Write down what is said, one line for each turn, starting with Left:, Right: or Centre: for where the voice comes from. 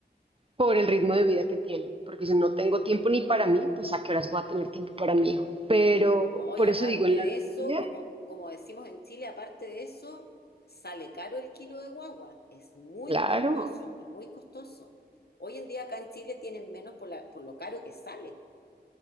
Right: por el ritmo de vida que tienen, porque si no tengo tiempo ni para mí, pues a qué horas voy a tener tiempo para mi hijo. Pero
Left: No, y
Right: por
Left: aparte
Right: eso digo, en
Left: de
Right: la
Left: eso,
Right: teoría,
Left: como, como decimos en Chile, aparte de eso, sale caro el kilo de guagua. Es muy
Right: claro,
Left: costoso, es muy costoso. Hoy en día acá en Chile tienen menos por la- por lo caro que sale.